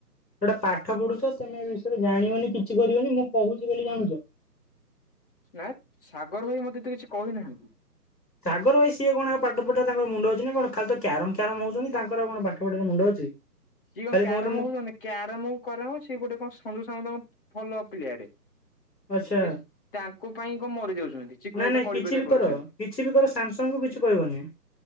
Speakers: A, on the left; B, on the left.
A: ଗୋଟା ପାଠ ପଢୁଛ ତମେ ଏ ବିଷୟରେ ଜାଣିବନି କିଛି କରିବନି ମୁଁ କହୁଛି ବୋଲି ଜାଣୁଛ।
B: ନାଇ ସାଗର ଭାଇ ମତେ ଏତେ କିଛି କହି ନାହାନ୍ତି।
A: ସାଗର ଭାଇ ସିଏ କଣ ଆଉ ପାଠ ପଢିବା ରେ ତାଙ୍କର ମୁଣ୍ଡ ଅଛି ନା କଣ ଖାଲି ତ କ୍ୟାରମ କ୍ୟାରମ ହଉଛନ୍ତି ତାଙ୍କର ଆଉ କଣ ପାଠ ପଢିବାରେ ମୁଣ୍ଡ ଅଛି।
B: ସିଏ କଣ
A: ଖାଲି
B: କ୍ୟାରମ
A: କୁହନ୍ତି ମୁଁ
B: ହଉଛନ୍ତି କ୍ୟାରମ କୁ କରେ ମ ସିଏ ଗୋଟେ କଣ ସଞ୍ଜୁ ସମତଙ୍କୁ ଭଲ ପ୍ଲିୟାର ରେ।
A: ଆଚ୍ଛା
B: ସେ ତାଙ୍କ ପାଇଁ କଣ ମରି ଯାଉଛନ୍ତି। ଚିକୁ
A: ନାଇଁ
B: ଭାଇ
A: ନାଇଁ
B: ତ କଳିକଜିଆ
A: କିଛି ବି
B: କରୁଛନ୍ତି।
A: କର କିଛି ବି କର ସାମସଙ୍ଗ କୁ କିଛି କହିବନି।